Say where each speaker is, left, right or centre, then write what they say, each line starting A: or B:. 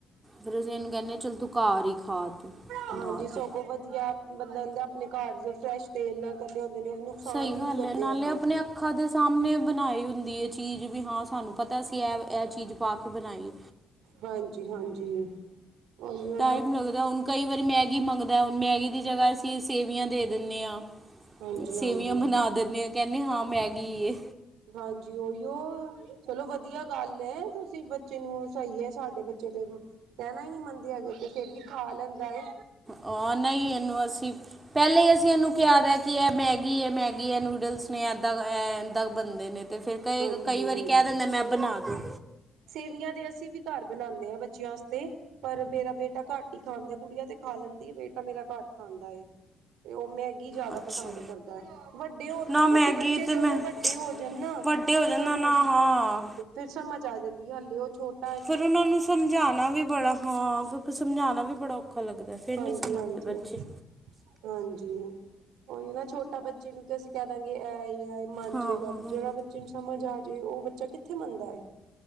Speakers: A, on the right; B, on the right.
A: ਫਿਰ ਅਸੀਂ ਇਹਨੂੰ ਕਹਿੰਦੇ ਚਲ ਤੂੰ ਘਰ ਹੀ ਖਾ ਤੂੰ
B: ਹਾਂਜੀ
A: ਬਣਾ
B: ਸਗੋਂ
A: ਕੇ
B: ਵਧੀਆ ਬੰਦਾ ਕਹਿੰਦਾ ਆਪਣੇ ਘਰ ਫਰੈਸ਼ ਤੇਲ ਨਾਲ ਤਲੇ ਹੁੰਦੇ ਨੇ ਉਹ ਨੁਕਸਾਨ
A: ਸਹੀ
B: ਵੀ
A: ਗੱਲ
B: ਨੀ ਕਰਦੇ
A: ਹੈ ਨਾਲੇ
B: ਹੈਗੇ
A: ਆਪਣੇ ਅੱਖਾਂ ਦੇ ਸਾਹਮਣੇ ਬਣਾਈ ਹੁੰਦੀ ਇਹ ਚੀਜ਼ ਵੀ ਹਾਂ ਸਾਨੂੰ ਪਤਾ ਅਸੀ ਇਹ ਇਹ ਚੀਜ਼ ਪਾ ਕੇ ਬਣਾਈ
B: ਹਾਂਜੀ ਹਾਂਜੀ ਉਹੀਓ
A: ਟਾਈਮ
B: ਨਾ
A: ਲੱਗਦਾ ਹੁਣ ਕਈ ਵਾਰੀ ਮੈਗੀ ਮੰਗਦਾ ਹੁਣ ਮੈਗੀ ਦੀ ਜਗਾ ਅਸੀਂ ਸੇਵੀਆਂ ਦੇ ਦਿੰਦੇ ਹਾਂ
B: ਹਾਂਜੀ ਹਾਂਜੀ
A: ਸੇਵੀਆਂ ਬਨਾ ਦਿੰਦੇ ਹਾਂ ਕਹਿੰਦੇ ਹਾਂ ਮੈਗੀ ਹੈ
B: ਹਾਂਜੀ ਉਹੀਓ ਚਲੋ ਵਧੀਆ ਗੱਲ ਹੈ ਤੁਸੀਂ ਬੱਚੇ ਨੂੰ ਸਹੀ ਹੈ ਸਾਡੇ ਬੱਚੇ ਤੇ ਕਹਿਣਾ ਹੀ ਨੀ ਮੰਨਦੇ ਅਗੇ ਤੇ ਫੇਰ ਵੀ ਖਾ ਲੈਂਦਾ ਏ
A: ਹਾਂ ਨਹੀਂ ਇਹਨੂੰ ਅਸੀਂ ਪਹਿਲਾਂ ਹੀ ਅਸੀਂ ਇਹਨੂੰ ਕਿਹਾ ਦਾ ਹੈ ਕਿ ਇਹ ਮੈਗੀ ਹੈ ਮੈਗੀ ਹੈ ਨੂਡਲਸ ਨੇ ਇੱਦਾਂ ਇੱਦਾਂ ਬਣਦੇ ਨੇ ਤੇ ਫਿਰ ਕਏਗਾ
B: ਹਾਂਜੀ
A: ਕਈ ਵਾਰੀ
B: ਹਾਂਜੀ
A: ਕਹਿ ਦਿੰਦਾ ਮੈਂ ਬਣਾਦੋ
B: ਸੇਵੀਆਂ ਤੇ ਅਸੀਂ ਵੀ ਘਰ ਬਣਾਉਂਦੇ ਹਾਂ ਬੱਚਿਆਂ ਵਾਸਤੇ ਪਰ ਮੇਰਾ ਬੇਟਾ ਘੱਟ ਹੀ ਖਾਂਦਾ ਗੁੜੀਆ ਤੇ ਖਾ ਲੈਂਦੀ ਏ ਬੇਟਾ ਮੇਰਾ ਘੱਟ ਖਾਂਦਾ ਏ ਤੇ ਉਹ ਮੈਗੀ ਜ਼ਿਆਦਾ
A: ਅੱਛਾ
B: ਪਸੰਦ ਕਰਦਾ ਹੈ ਵੱਡੇ ਉਹ
A: ਨਾ
B: ਪਤਾ
A: ਮੈਗੀ
B: ਕੀ ਬੱਚੇ ਜਦੋਂ
A: ਤੇ ਮੈਂ
B: ਵੱਡੇ ਵੱਡੇ ਹੋ ਜਾਣ ਨਾ
A: ਵੱਡੇ ਹੋ
B: ਫਿਰ
A: ਜਾਂਦਾ
B: ਉਹਨੂੰ
A: ਨਾ ਹਾਂ
B: ਫਿਰ ਸਮਝ ਆ ਜਾਂਦੀ ਹਾਲੀ ਉਹ ਛੋਟੇ
A: ਫਿਰ ਉਹਨਾਂ ਨੂੰ ਸਮਝਾਉਣਾ ਵੀ ਬੜਾ ਹਾਂ ਫਿਰ ਸਮਝਾਉਣਾ ਵੀ ਬੜਾ ਔਖਾ ਲੱਗਦਾ ਫਿਰ
B: ਹਾਂਜੀ-ਹਾਂਜੀ,
A: ਨਹੀਂ ਸਮਝਦੇ ਬੱਚੇ
B: ਹਾਂਜੀ। ਹਾਂਜੀ ਉਹੀ ਨਾ ਛੋਟਾ ਬੱਚੇ ਨੂੰ ਤੇ ਅਸੀਂ ਕਹਿ ਦਾਂਗੇ ਐ ਹੀ ਐ ਮੰਨ
A: ਹਾਂ
B: ਜਾਏਗਾ
A: ਹਾਂ
B: ਜਿਹੜਾ ਬੱਚੇ ਨੂੰ ਸਮਝ ਆ ਜਾਵੇ ਉਹ ਬੱਚਾ ਕਿੱਥੇ ਮੰਨਦਾ ਹੈ